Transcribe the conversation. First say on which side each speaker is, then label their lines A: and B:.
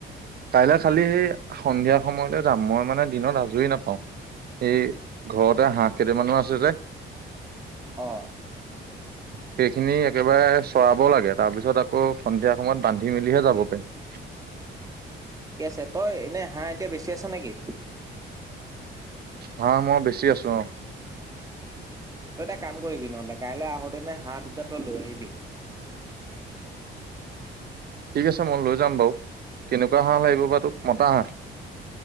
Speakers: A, on the right; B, on the right.
A: কাইলে খালি সেই সন্ধিয়া সময়লৈ যাম মই মানে দিনত আজৰি নাপাওঁ এই ঘৰতে হাঁহ কেইটামানো আছে যে
B: অঁ
A: সেইখিনি একেবাৰে চৰাব লাগে তাৰ পিছত আকৌ সন্ধিয়া সময়ত বান্ধি মেলিহে যাব। <unintelligible>
B: ঠিকে আছে তই এনে হাঁহ এতিয়া বেচি আছ নে কি?
A: হাঁহ মই বেছি আছো, অঁ।
B: তই এটা কাম কৰিবি নহ'লে, কাইলৈ আহোতেনে হাঁহ দুটা তই লৈ আহিবি।
A: ঠিক আছে মই লৈ যাম বাৰু। কেনেকুৱা হাঁহ লাগিব বা তোক, মতা হাঁহ?